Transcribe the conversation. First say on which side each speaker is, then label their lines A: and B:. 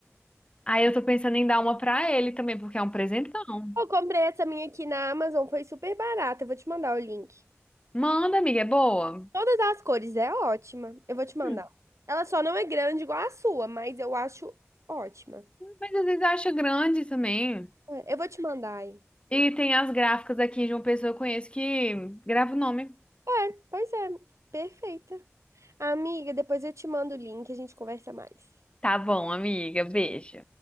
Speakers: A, on the left; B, on the right.
A: Aí eu tô pensando em dar uma pra ele também, porque é um presentão.
B: Eu comprei essa minha aqui na Amazon, foi super barata. Eu vou te mandar o link.
A: Manda, amiga, é boa.
B: Todas as cores, é ótima. Eu vou te mandar.
A: Hum,
B: Ela só não é grande igual a sua, mas eu acho ótima.
A: Mas às vezes acha grande também.
B: É, Eu vou te mandar aí.
A: E tem as gráficas aqui de uma pessoa que eu conheço que grava o nome.
B: É, pois é, perfeita. Amiga, depois eu te mando o link, a gente conversa mais.
A: Tá bom, amiga, beijo.